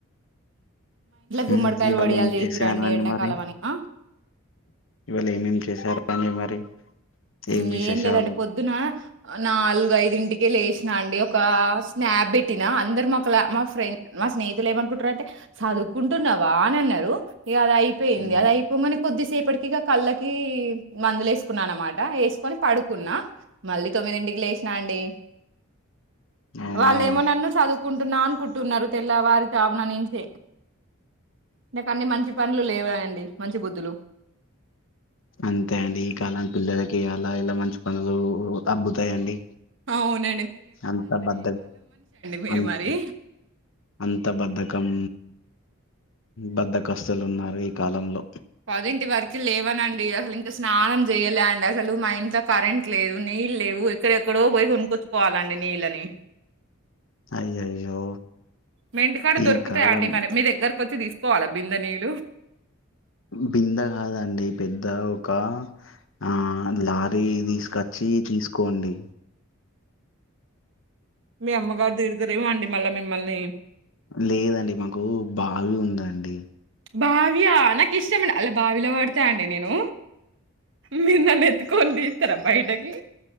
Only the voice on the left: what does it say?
ఉ ఇవాళ
ఏం
చేస రండి
మరి
ఇవాళ ఏమేమి చేసారు అండి మరి
ఏం విశేషాలు
ఉమ్
అవునా
అంతే అండి ఈ కాలం పిల్లలకి అలా ఇలా మంచి పనులు అబ్బతాయిండి
అంత బధ
అంత
అంత బద్ధకం బద్ద కస్తులు ఉన్నారు ఈ కాలంలో
అయ్యయ్యో
ఈ కాలం
బింద కాదండి పెద్ద ఒక ఆ లారీ తీసుకొచ్చి తీసుకోండి
లేదండి మాకు బావి ఉందండి